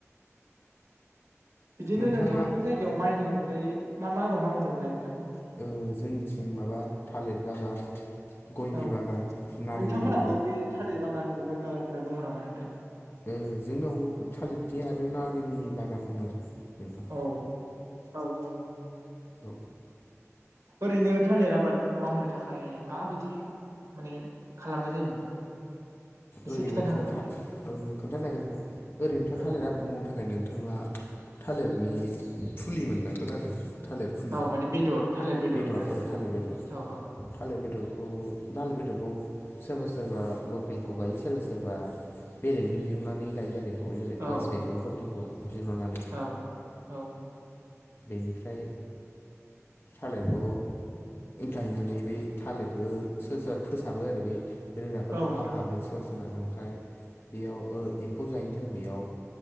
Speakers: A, on the right; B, on the left.
A: बिदिनो
B: नोंथाङा
A: नोंथांमोननि जायगायाव माइनि अनगायै मा मा आबाद मावो होदोंमोनलाय नोंथां
B: ओ जोंनिथिं माबा थालिर बागान गयनि
A: औ
B: बागान नारें
A: नोंथांमोनाबो
B: लेबु
A: बे थालिर बागान गय बागानफोरा दङ नामा नोंथां?
B: उ जोंनाव थालिरथि आरो नारेंनि बागान दं आरो नोंथां
A: औ औ औ
B: औ
A: ओरैनो थालिर आबाद मावनो थाखाय माबायदि माने खालामनाय जायो नोंथां एसे
B: ओरैनोथ'
A: खिन्थानो हागोन नामा
B: था ओ खोन्थाजागोन नोंथां ओरैनोथ'
A: औ
B: थालिर आबाद मावनो थाखाय नोंथाङा थालिरनि फुलि मोननांगोन आरो थालिर फुलि
A: औ माने बेदर थालिर
B: बेदर
A: ना
B: औ
A: नोंथां
B: थालिर बेदर
A: औ औ
B: थालिर बेदरखौ दाल बेदरखौ सोरबा सोरबा लकेल खौ गायो सोरबा सोरबा बेलेगनि बिहुननानै गायो आरो ओ जेरै
A: औ
B: वेस्ट बेंगलफोरनिखौ बिहरनानै
A: औ औ
B: बेनिफ्राय थालिरखौ गायनानै बै थालिरखो सोरबा सोरबा फोसाबो आरो बै रोदाफोरखौ
A: औ नोंथां
B: हाफ्रामो
A: औ
B: सोरबा सोरबा ओमफ्राय बेयाव ओ एम्फौ जायैनि थाखाय बेयाव